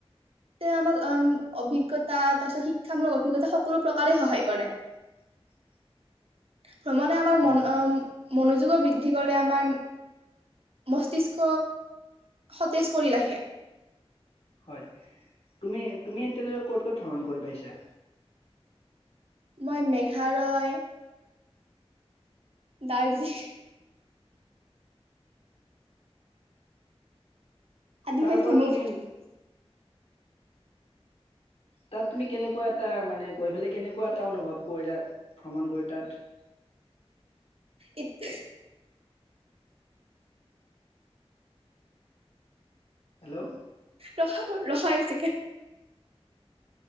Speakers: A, on the right; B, on the left.
A: তেওঁ আমাক উম অভিজ্ঞতা তাৰপাছত শিক্ষামূলক অভিজ্ঞতা সকলো প্ৰকাৰে সহায় কৰে।
B: <inaudible>
A: ভ্ৰমণে আমাৰ
B: হয়
A: মন অ মনোযোগৰ বৃদ্ধি কৰে আমাৰ মস্তিষ্ক সতেজ কৰি ৰাখে।
B: হয় তুমি তুমি এতিয়ালৈকে ক'ত ক'ত ভ্ৰমণ কৰি পাইছা?
A: মই মেঘালয় দাৰ্জি আদি
B: তাৰপৰা
A: ঠাইত ভ্ৰমণ
B: তুমি
A: কৰি
B: তাত তুমি কেনেকুৱা এটা মানে গৈ পেলাই কেনেকুৱা এটা অনুভৱ কৰিলা ভ্ৰমণ গৈ তাত।
A: ইত
B: হেল্ল',
A: ৰখা ৰখা এক ছেকেণ্ড।